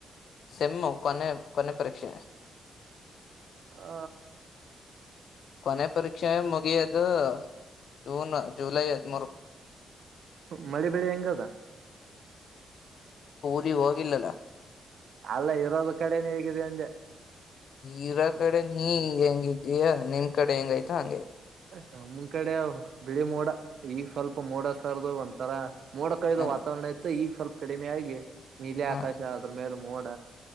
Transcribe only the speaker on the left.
ಸೆಮ್ಮ ಕೊ ಕೊನೆ ಪರೀಕ್ಷೆಯೆ.
ಕೊನೆ ಪರೀಕ್ಷೆ ಮುಗಿಯದು. June July ಮುರುಕ್.
ರಿ ಹೋಗಿಲ್ಲಲ್ಲ
ಈರ ಕಡೆ ನೀ ಹೆಂಗಿದೀಯ ನಿಮ್ ಕಡೆ ಹೆಂಗಯ್ತಾ ಹಂಗೆ
ಹ
ಹ